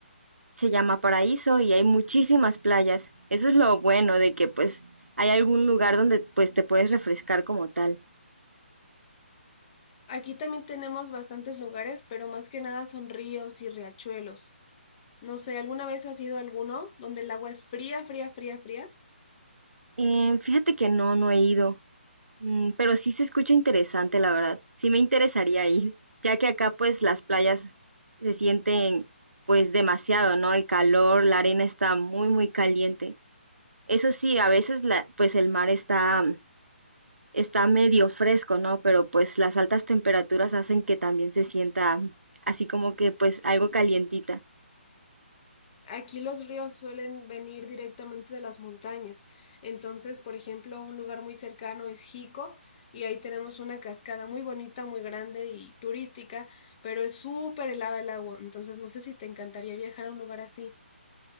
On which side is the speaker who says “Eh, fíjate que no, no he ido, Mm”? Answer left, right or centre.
Right